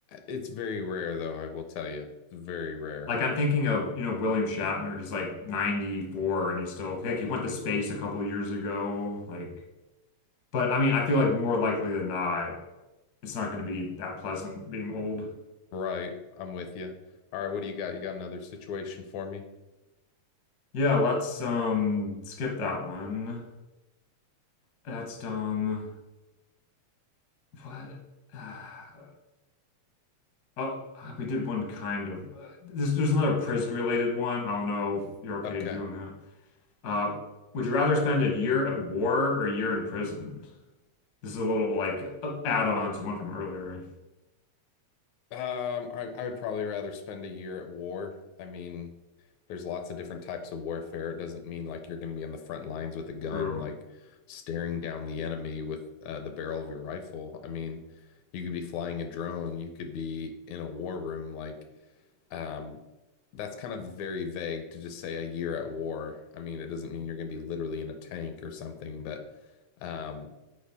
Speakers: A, on the left; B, on the left.
A: it's very rare though, I will tell you. It's very rare.
B: Like I'm thinking of, you know, William Shatner. He's like 94 and he's still like he went to space a couple of years ago. Like, but I mean, I feel like more likely than not, it's not going to be that pleasant being old.
A: Right, I'm with you. All right, what do you got? You got another situation for me?
B: Yeah, let's um skip that one. That's dumb. What? <sighs> Oh, we did one kind of. uh, This, there's another prison related one. I don't know if you're okay
A: Okay.
B: doing that. Uh, would you rather spend a year at war or a year in prison? This is a little like add-on to one from earlier.
A: Um, I, I would probably rather spend a year at war. I mean, there's lots of different types of warfare. It doesn't mean like you're going to be on the front lines with a gun,
B: True.
A: like staring down the enemy with uh, the barrel of your rifle. I mean, you could be flying a drone, you could be in a war room, like Um, that's kind of very vague to just say a year at war. I mean, it doesn't mean you're going to be literally in a tank or something, but um,